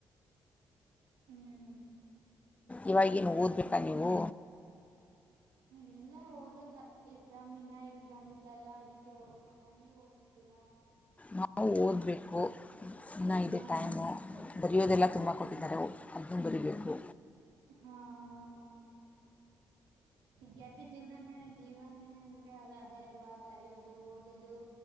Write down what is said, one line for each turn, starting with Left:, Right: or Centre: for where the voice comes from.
Right: ಹ್ಮ್
Left: ಇವಾಗೇನು ಓದ್ಬೇಕಾ ನೀವು.
Right: ಹ ಇಲ್ಲ ಓದಲ್ಲ ಎಕ್ಸಾಮ್ ಇನ್ನ ಎಕ್ಸಾಮ್ ಇಲ್ಲಲ್ಲ ಅದಕ್ಕೆ ಓದ್ತಿಲ್ಲಾ ನೀವ್ ಓದ್ತಿದ್ದೀರ
Left: ನಾವು ಓದಬೇಕು ಇನ್ನ ಇದೆ
Right: ಹಾ
Left: ಟೈಮು
Right: ಹಾ
Left: ಬರೆಯೋದೆಲ್ಲ ತುಂಬ ಕೊಟ್ಟಿದ್ದಾರೆ ಓ ಅದ್ನು ಬರಿಬೇಕು.
Right: ಹಾ ಹಾ ಹಮ್ ವಿದ್ಯಾರ್ಥಿ ಜೀವನನೆ ಜೀವನೆ ಅಂದ್ರೆ ಅದೇ ಅಲ್ವಾ ಬರ್ಯೋದು ಓದೋದು.